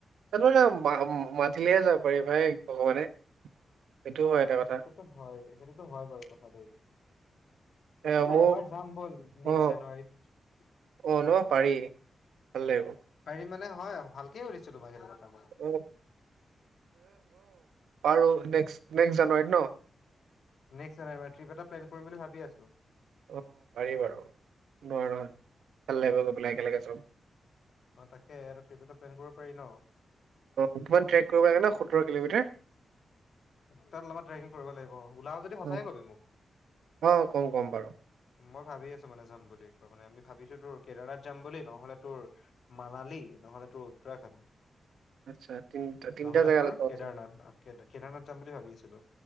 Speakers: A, on the right; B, on the left.
A: তাতো না মা মাতিলেহে যাব পাৰি ভাই ভগৱানে সেইটো হয় এটা কথা।
B: সেইটো হয় দেই, সেইটোত হয় বাৰু কথা দেই। একো
A: এ
B: নাই,
A: মোৰ
B: এবাৰ যাম ব'ল
A: অ
B: নেক্সট জানুৱাৰীত।
A: অ ন পাৰি ভাল লাগিব।
B: পাৰি মানে হয়, ভালকে সুধিছোঁ তোমাক সেইটো কথাবোৰ।
A: অ <unintelligible> বাৰু নেক্স নেক্স জানুৱাৰীত ন'?
B: নেক্সট জানুৱাৰী মাহত ট্ৰিপ এটা প্লেন কৰিম বুলি ভাবি আছো।
A: অ', পাৰি বাৰু, <unintelligible> ভাল লাগিব গৈ পেলাই একেলগে চব।
B: অ' তাকে আৰু ট্ৰিপ এটা প্লেন কৰিব পাৰি ন'।
A: অ', কিমান ট্ৰেক কৰিব লাগে ন', সোতৰ কিলোমিটাৰ।
B: তাত অলপমান ট্ৰেকিং কৰিব লাগিব। ওলাওঁ যদি, সঁচাকে
A: অ
B: ক'বি মোক?
A: অ কম কম বাৰু
B: মই ভাবি আছো মানে যাম বুলি একবাৰ মানে আমি ভাবিছোঁ তোৰ কেদাৰনাথ যাম বুলি, নহ'লে তোৰ মানালী নহ'লে তোৰ উত্তৰাখণ্ড।
A: আচ্ছা তিনিটা তিনিটা
B: নহ'লে
A: জেগালৈ
B: তোৰ
A: যাব আছে
B: কেদাৰনাথ, আ কে কেদাৰনাথ যাম বুলি ভাবি আছিলো।